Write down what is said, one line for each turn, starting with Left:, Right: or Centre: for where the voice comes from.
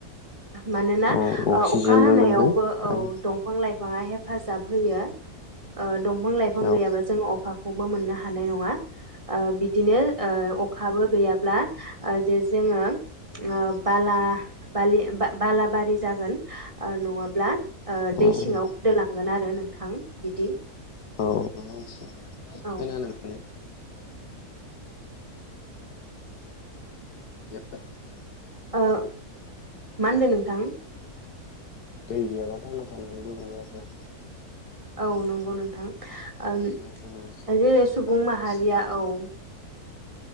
Right: मानोना
Left: औ अक्सिजेनबो
Right: ओ अखा हानायावबो
Left: मोनगोन
Right: औ
Left: आरो
Right: दंफां लाइफाङा हेब हेफाजाब होयो। ओ दंफां लाइफां
Left: औ
Right: गैयाबा जोंङो अखाखौबो मोननो हाय हानाय नङा। ओ बिदिनो ओ अखाबो गैयाब्ला ओ जे जोङो ओ बाला बालि बाला बारि जागोन ओ नङाब्ला ओ
Left: औ
Right: दै
Left: औ
Right: सिङाव लांगोन आरो नोंथां बिदि
Left: औ मिथिख
Right: औ
Left: <unintelligible> <unintelligible>
Right: ओ मा होनदो नोंथां?
Left: दैै गैयाबा थांना थानो गोब्राब जागोन ना।
Right: औ नंगौ नोंथां। ओ
Left: जिखुनु जिब
Right: जेरै सुबुं
Left: बा मानसि
Right: माहारिया औ